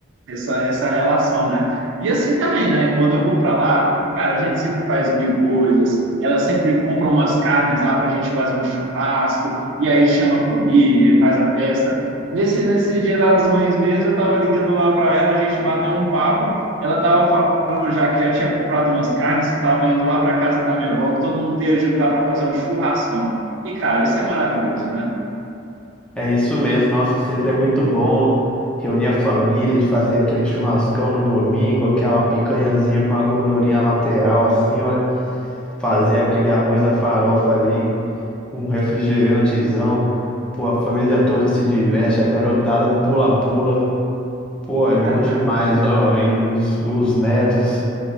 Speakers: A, on the right; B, in the centre.
A: essa, essa relação, né? E assim também, né? Quando eu vou para lá, cara, a gente sempre faz mil coisas. Ela sempre compra umas carnes lá para a gente fazer um churrasco, e aí chama a família, faz a festa. Nesse, nesse Dia das Mães mesmo, eu tava ligando lá para ela, a gente bateu um papo. Ela tava falando já que já tinha comprado umas carnes, que tava indo lá para casa da minha avó, que todo mundo ia juntar para fazer um churrascão. E, cara, isso é maravilhoso, né?
B: É isso mesmo, nossa, sempre é muito bom reunir a família e fazer aquele churrascão no domingo, aquela picanhazinha com a gordurinha lateral assim, olha. fazer aquele arroz à farofa ali com um refrigerantezão. Pô, a família toda se diverte, a garotada no pula-pula. Pô, é
A: <laughs>
B: bom demais, ó. E os, os netos